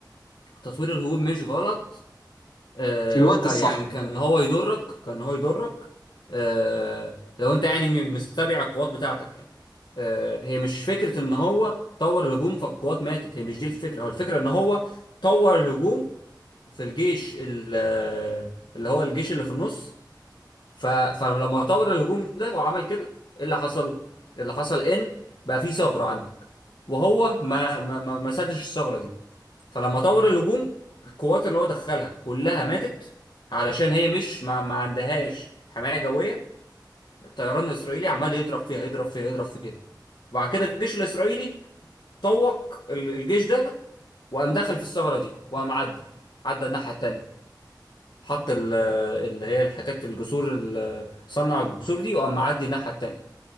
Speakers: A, on the left; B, on the left.
A: تطوير الهجوم مش غلط آه،
B: في الوقت
A: ك-
B: الصح
A: يعني كان هو يضرك كان هو يضرك آه، لو انت يعني م- مستبع القوات بتاعتك يعني آه، هي مش فكرة ان هو طور الهجوم فالقوات ماتت هي مش دي الفكرة هو الفكرة ان هو طور الهجوم في الجيش ال- آه، اللي هو الجيش اللي في النص ف- فلما طور الهجوم ده وعمل كده ايه اللي حصل إيه اللي حصل ان بقى في ثغرة عندك وهو ما ما ما ما سدش الثغرة دي فلما طور الهجوم القوات اللي هو دخلها كلها ماتت علشان هي مش ما, ما عندهاش حماية جوية الطيران الإسرائيلي عمال يضرب فيها يضرب فيها يضرب فيها وبعد كده الجيش الإسرائيلي طوق ال- الجيش ده وقام دخل في الثغرة دي وقام عدى عدى الناحية التانية حط ال- اللي هي الحاجات الجسور ال- صنع الجسور دي وقام معدي الناحية التانية